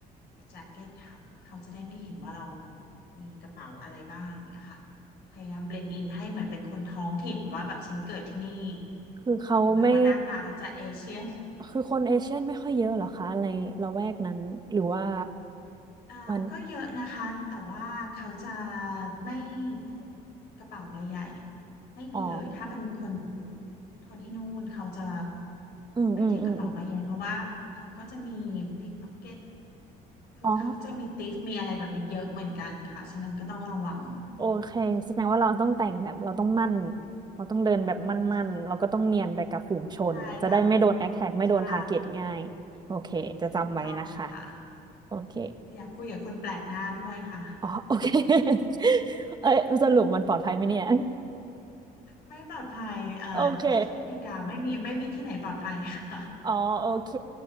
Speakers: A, on the left (about 70°); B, on the right (about 25°).
A: แจ็คเก็ตทับเขาจะได้ไม่เห็นว่าเรามีกระเป๋าอะไรบ้างเนี่ยค่ะพยายามเบลนด์อินให้เหมือนเป็นคนท้องถิ่นว่าแบบฉันเกิดที่นี่
B: คือเขาไม่
A: ถึงแม้ว่าหน้าตาเราจะเอเชียน
B: คือคนเอเชียนไม่ค่อยเยอะเหรอคะในละแวกนั้นหรือว่า
A: อ่าก็เยอะนะคะแต่ว่าเขาจะ
B: มัน
A: ไม่พกกระเป๋าใบใหญ่ไม่มีเลยถ้าเป็นคน
B: อ๋อ
A: คนที่นู่นเขาจะ
B: อืมอืมอืมอม
A: ไม่ถือกระเป๋าใบใหญ่เพราะว่าเขาก็จะมีพิกพ็อกเก็ตคือเขาจะมีติฟมีอะไรแบบนี้เยอะเหมือนกันค่ะฉะนั้นก็ต้องระวัง
B: อ๋อ โอเคแสดงว่าเราต้องแต่งแบบเราต้องมั่นเราต้องเดินแบบมั่นๆเราก็ต้องเนียนไปกับฝูงชนจะได้ไม่โดนแอคแท็กไม่โดนทาร์เก็ตง่ายโอเคจะจำไว้นะคะ
A: ใช่ค่ะใช่ถูกต้องค่ะ
B: โอเค
A: อยากคุยกับคนแปลกหน้าด้วยค่ะ
B: อ๋อโอเค <laughs> เอ้ยสรุปมันปลอดภัยไหมเนี่ย
A: ไม่ปลอดภัยเอ่อ
B: โอเค
A: ที่อเมริกาไม่มีไม่มีที่ไหนปลอดภัยค่ะ
B: อ๋อโอเค